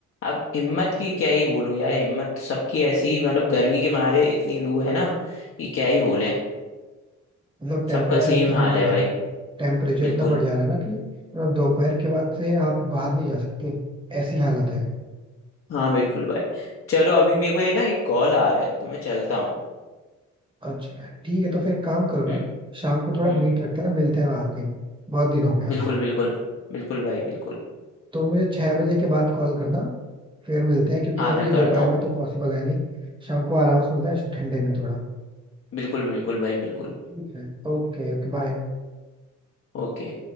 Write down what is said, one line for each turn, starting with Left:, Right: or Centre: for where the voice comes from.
Left: अब हिम्मत की क्या ही बोलूं यार हिम्मत तो सबकी ऐसी ही, मतलब गर्मी के मारे इतनी लू है ना कि क्या ही बोलें
Right: मतलब टेम्परेचर
Left: सबका सेम
Right: इतना
Left: हाल
Right: बढ़
Left: है भाई
Right: टेम्परेचर
Left: बिल्कुल
Right: इतना बढ़ जा रहा है ना कि मतलब दोपहर के बाद से आप बाहर नहीं जा सकते ऐसी हालत है
Left: हाँ बिल्कुल भाई चलो अभी मेरे को ये ना एक कॉल आ रहा है तो मैं चलता हूँ
Right: अच्छा ठीक है तो फिर एक काम करो ना
Left: हम्म
Right: शाम को थोड़ा
Left: हम्म
Right: मीट रखते हैं ना मिलते हैं वहां कहीं बहुत दिन हो गया
Left: बिल्कुल बिल्कुल बिल्कुल भाई बिल्कुल
Right: तो मुझे छह बजे के बाद कॉल करना फिर मिलते हैं क्योंकि
Left: हाँ
Right: वैसे
Left: मैं
Right: भी
Left: करता
Right: दोपहर
Left: हूँ
Right: में तो पॉसिबल है नहीं शाम को आराम से मिलता है ठंडे में थोड़ा
Left: बिल्कुल बिल्कुल भाई बिल्कुल
Right: ठीक है ओके ओके बाय
Left: ओके